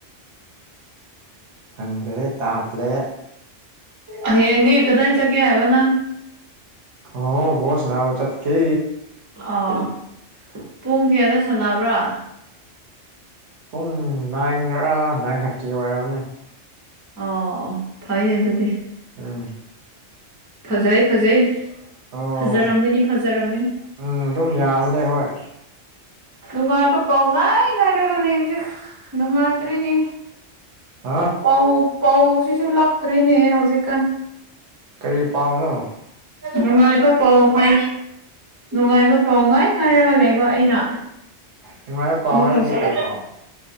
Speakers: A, on the right; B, on the right.
A: ꯈꯪꯗꯔꯦ ꯇꯥꯠꯂꯦ
B: ꯍꯌꯦꯡꯗꯤ ꯀꯗꯥꯏ ꯆꯦꯠꯀꯦ ꯍꯥꯏꯕ ꯅꯪ
A: ꯑꯍꯣ ꯕꯣꯜ ꯁꯥꯟꯅꯕ ꯆꯠꯀꯦ
B: ꯑꯥ ꯄꯨꯡ ꯀꯌꯥꯗ ꯁꯥꯅꯕ꯭ꯔꯥ
A: ꯄꯨꯡ ꯅꯥꯏꯟꯒꯔꯥ ꯅꯥꯏꯟ ꯊꯥꯔꯇꯤ ꯑꯣꯏꯔꯝꯅꯤ
B: ꯑꯣ ꯑꯣ ꯐꯩꯌꯦ ꯑꯗꯨꯗꯤ
A: ꯎꯝ
B: ꯐꯖꯩ ꯐꯖꯩ
A: ꯑꯣ
B: ꯐꯖꯔꯝꯒꯅꯤ ꯐꯖꯔꯝꯒꯅꯤ
A: ꯎꯝ ꯑꯗꯨꯝ ꯌꯥꯕꯅꯦ ꯍꯣꯏ
B: ꯅꯨꯡꯉꯥꯏꯕ ꯄꯥꯎ ꯉꯥꯏ ꯉꯥꯏꯔꯒ ꯂꯩꯕꯖꯤꯛ ꯅꯨꯡꯉꯥꯏꯇ꯭ꯔꯦꯅꯦ
A: ꯍꯥ
B: ꯄꯧ ꯄꯧ ꯁꯤꯁꯨ ꯂꯛꯇ꯭ꯔ‌ꯦꯅꯦ ꯍꯧꯖꯤꯛꯀꯥꯟ
A: ꯀꯔꯤ ꯄꯥꯎꯅꯣ
B: ꯅꯨꯡꯉꯥꯏꯕ ꯄꯧ ꯍꯥꯏ ꯅꯨꯡꯉꯥꯏꯕ ꯄꯥꯎ ꯉꯥꯏ ꯉꯥꯏꯔꯒ ꯂꯩꯕ ꯑꯩꯅ
A: ꯅꯨꯡꯉꯥꯏꯕ ꯄꯥꯎ
B: ꯑꯗꯨ
A: ꯍꯥꯏꯗꯤ
B: ꯍꯧꯖꯤꯛ
A: ꯀꯩ ꯄꯥꯎ